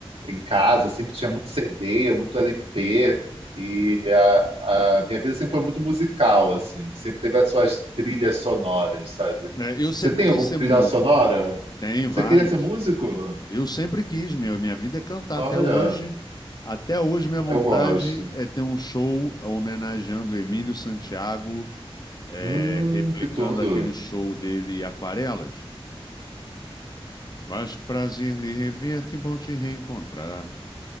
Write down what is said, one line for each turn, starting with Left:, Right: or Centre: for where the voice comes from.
Right: em casa, sempre tinha muito CD, muito LP.
Left: <laughs>
Right: E a, a minha vida sempre foi muito musical, assim. Sempre teve as suas trilhas sonoras, sabe?
Left: É, eu sempre
Right: Você tem
Left: quis
Right: alguma
Left: ser
Right: trilha
Left: músico.
Right: sonora?
Left: Tem várias.
Right: Você queria ser músico?
Left: Eu sempre quis, meu. Minha vida é cantar
Right: Olha.
Left: até hoje. Até hoje, minha vontade
Right: Eu gosto.
Left: é ter um show homenageando o Emílio Santiago, é,
Right: Hum,
Left: replicando
Right: que tudo.
Left: aquele show dele Aquarelas. Mas que prazer lhe rever, que bom te reencontrar.